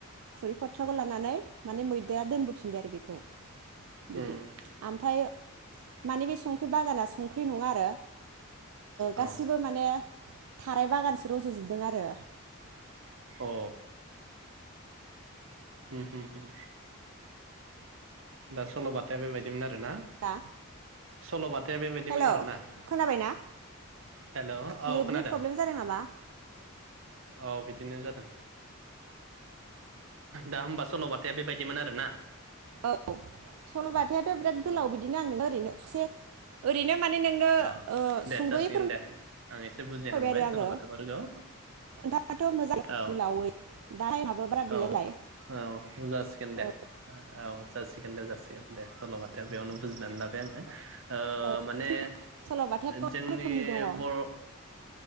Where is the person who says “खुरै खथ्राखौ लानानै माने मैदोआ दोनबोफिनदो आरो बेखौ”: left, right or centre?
Right